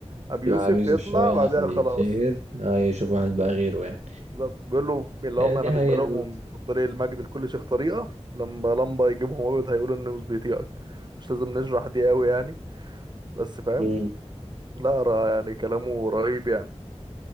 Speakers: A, on the right; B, on the right.
A: أبي يوسف
B: مع أبي يوسف
A: يطلع
B: شوية
A: بعدها
B: عشان
A: خلاص
B: يتشهر أه يشوف واحد بقى غيره يعني
A: بالظبط بيقول له اللي
B: آه،
A: هم
B: دي
A: أنا
B: حقيقة
A: مش بلومهم
B: برضه
A: في طريق المجد لكل شيخ طريقة لما لمبة يجيبهم أبيض هيقولوا إنه مش بيطيقك مش لازم نشرح دي قوي يعني بس فاهم
B: امم
A: لا را- يعني كلامه رهيب يعني